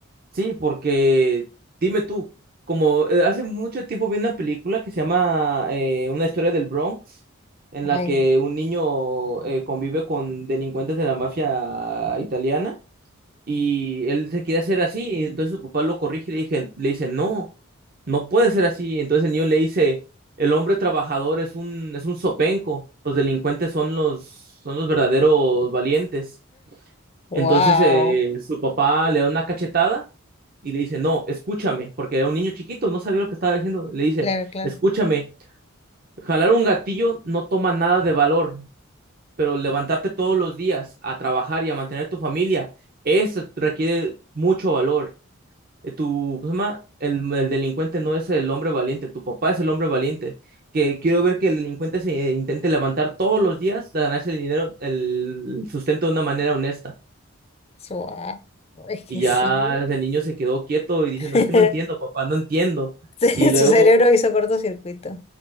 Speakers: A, on the right (about 45°); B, on the left (about 30°).
A: Sí, porque dime tú, como eh, hace mucho tiempo vi una película que se llama eh, Una historia del Bronx, en la
B: Ay,
A: que un niño eh, convive con delincuentes de la mafia italiana y él se quiere hacer así, y entonces su papá lo corrige y le dije, le dice, no, no puede ser así. Entonces el niño le dice, el hombre trabajador es un, es un zopenco, los delincuentes son los, son los verdaderos valientes.
B: wow,
A: Entonces eh, su papá le da una cachetada y le dice, no, escúchame, porque era un niño chiquito, no sabía lo que estaba diciendo. Le dice,
B: claro, claro.
A: escúchame, jalar un gatillo no toma nada de valor, pero levantarte todos los días a trabajar y a mantener tu familia. Eso requiere mucho valor eh, tu, ¿cómo se llama? El, el delincuente no es el hombre valiente, tu papá es el hombre valiente. Que quiero ver que el delincuente se eh, intente levantar todos los días a ganarse el dinero, el sustento de una manera honesta.
B: Suave. Es
A: Y
B: que
A: ya
B: sí.
A: el niño se quedó quieto y diciendo,
B: <laughs>
A: es que no entiendo, papá, no entiendo.
B: Su
A: Y luego,
B: cerebro hizo cortocircuito.